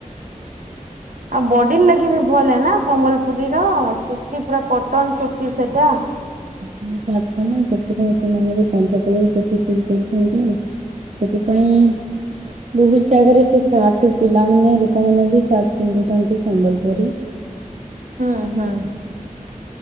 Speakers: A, on the right; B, on the right.
A: ଆଉ ବଡି ର୍ ଲାଗି ବି ଭଲ ନା ସମ୍ବଲପୁରୀର ସୁତି ପୁରା କଟନ ସୁତି ସେଟା
B: <unintelligible> ଟା ମାନ ସେଥିପାଇଁ ସେମାନେ ବି କମ୍ଫର୍ଟେବୁଲ ହେଇ ସେଥିପାଇଁ ବହୁତ୍ ଜାଗାରେ ସେ ସାର୍ଟ ପିଲାମାନେ ଲୋକମାନେ ବି ସାର୍ଟ ପିନ୍ଧୁଛନ୍ତି ସମ୍ବଲପୁରୀ
A: ହୁଁ ହୁଁ